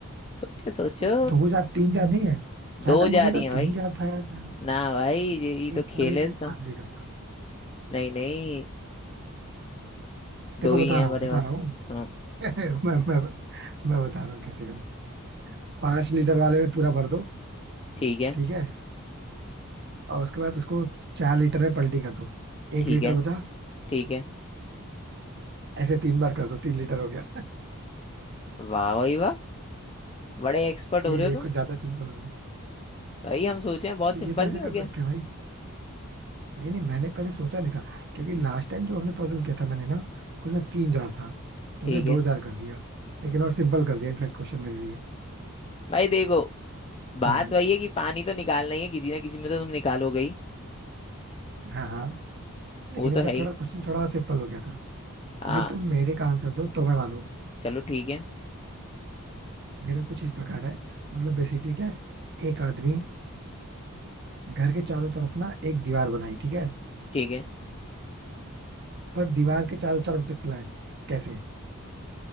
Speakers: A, on the left; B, on the right.
A: सोचो सोचो
B: वो दो जार तीन जार नहीं है जहां
A: दो
B: तक
A: जा
B: मुझे
A: रही
B: था
A: है भाई
B: तीन जार था यार शायद।
A: ना भाई ये ये तो
B: एक
A: खेल
B: चार लीटर
A: है इसका
B: एक पांच लीटर का
A: नहीं नहीं दो
B: देखो
A: ही
B: बता
A: हैं
B: रहा
A: हमारे
B: हूँ बता
A: पास
B: रहा हूँ
A: हाँ
B: <laughs> मैं मैं मैं बता रहा हूँ कैसे करूँ पांच लीटर वाले में पूरा भर दो
A: ठीक है
B: ठीक है और उसके बाद उसको चार लीटर में पलटी कर दो एक
A: ठीक
B: लीटर
A: है
B: बचा
A: ठीक है
B: ऐसे तीन बार कर दो तीन लीटर हो गया
A: वाह भाई वाह बड़े एक्सपर्ट हो
B: ये
A: रहे हो
B: ये
A: तुम
B: कुछ ज्यादा सिंपल हो गया
A: भाई हम सोचे हैं बहुत
B: ये
A: सिंपल
B: ये तो ऐसे
A: नहीं हो
B: कर
A: गया
B: सकते हैं भाई नहीं नहीं मैंने पहले सोचा नहीं था क्योंकि लास्ट टाइम जो हमने पजल किया था मैंने ना उसमें तीन जार था तुमने
A: ठीक है
B: दो जार कर दिया लेकिन और सिंपल कर दिया इनफेक्ट क्वेश्चन मेरे लिए
A: भाई देखो
B: कोई
A: बात
B: नहीं
A: वही है कि पानी तो निकालना ही है किसी ना किसी में तो तुम निकालोगे ही
B: हाँ हाँ लेकिन
A: वो तो
B: इनका
A: है ही
B: थोड़ा क्वेश्चन थोड़ा सिंपल हो गया था
A: हाँ
B: अभी तुम मेरे का आंसर दो तो मैं मानू
A: चलो ठीक है
B: मेरा कुछ इस प्रकार है मतलब बेसिकली क्या है एक आदमी घर के चारों तरफ ना एक दीवार बनाई ठीक है
A: ठीक है
B: पर दीवार के चारों तरफ से खुला है कैसे